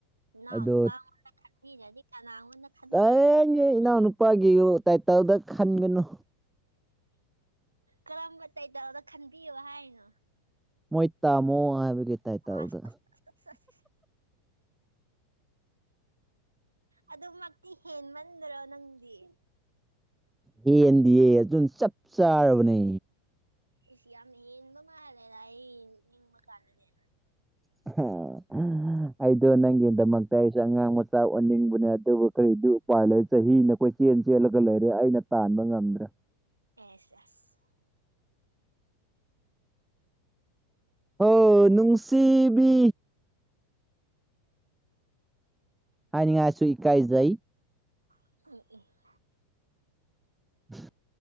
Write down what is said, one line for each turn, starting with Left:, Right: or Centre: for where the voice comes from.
Right: ꯏꯅꯥꯎ
Centre: ꯑꯗꯣ
Right: ꯅꯨꯄꯥꯉꯣꯟꯗ ꯈꯟꯕꯤꯗ꯭ꯔꯗꯤ ꯀꯅꯥꯉꯣꯟꯗ ꯈꯟꯕꯤꯗꯣꯏꯅꯣꯗ
Centre: ꯇꯉ ꯏꯅꯥꯎꯅꯨꯄꯥꯒꯤ ꯇꯥꯏꯇꯜꯗ ꯈꯟꯒꯅꯨ
Right: ꯀꯔꯝꯕ ꯇꯩꯇꯥꯜꯗ ꯈꯟꯕꯤꯌꯨ ꯍꯥꯏꯅꯣ
Centre: ꯃꯣꯏ ꯇꯥꯃꯣ ꯍꯥꯏꯕꯗꯤ ꯀꯩꯗꯧꯋꯤ
Right: ꯑꯁ ꯑꯁ ꯑꯁ ꯑꯁ ꯑꯗꯨꯃꯛꯇꯤ ꯍꯦꯟꯃꯟꯗꯔꯣ ꯅꯪꯗꯤ
Centre: ꯍꯟꯗꯤꯌꯦ ꯑꯗꯨꯨꯝ ꯆꯞ ꯆꯥꯔꯕꯅꯦ
Right: ꯏꯁ ꯌꯥꯝ ꯍꯦꯟꯕ ꯃꯥꯜꯂꯦꯗ ꯑꯩ ꯅꯤꯡꯕ ꯀꯥꯟꯗꯗꯤ
Centre: <unintelligible> ꯑꯩꯗꯣ ꯅꯪꯒꯤꯗꯃꯛꯇ ꯑꯩꯁꯨ ꯑꯉꯥꯡ ꯃꯆꯥ ꯑꯣꯟꯅꯤꯡꯕꯅꯦ ꯑꯗꯨꯕꯨ ꯀꯔꯤꯗꯤ ꯎꯄꯂꯩ ꯆꯍꯤ ꯅꯈꫭꯏ ꯆꯦꯟ ꯆꯦꯜꯂꯒ ꯂꯩꯔꯦ ꯑꯩꯅ ꯇꯥꯟꯕ ꯉꯝꯗ꯭ꯔꯦ
Right: ꯑꯦꯁ ꯑꯦꯁ
Centre: ꯍꯣ ꯅꯨꯡꯁꯤꯕꯤ ꯍꯥꯏꯅꯤꯡꯉꯥꯏꯁꯨ ꯏ ꯀꯥꯏꯖꯩ
Right: <inaudible>
Centre: <inaudible>